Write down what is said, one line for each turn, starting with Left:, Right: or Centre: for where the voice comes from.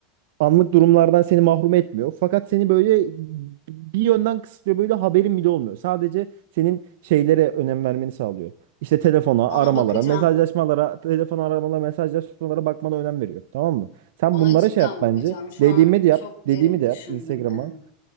Right: anlık durumlardan seni mahrum etmiyor. Fakat seni böyle bir yönden kısıtlıyor. Böyle haberin bile olmuyor. Sadece senin şeylere önem vermeni sağlıyor. İşte telefona,
Left: Ona
Right: aramalara,
Left: bakacağım.
Right: mesajlaşmalara, telefon aramalara, mesajlaşmalara bakmana önem veriyor. Tamam mı? Sen
Left: Ona
Right: bunlara
Left: cidden
Right: şey yap
Left: bakacağım.
Right: bence.
Left: Şu
Right: Dediğimi
Left: an
Right: de yap.
Left: çok
Right: Dediğimi
Left: derin
Right: de
Left: düşündüm.
Right: yap Instagram'a.
Left: Evet,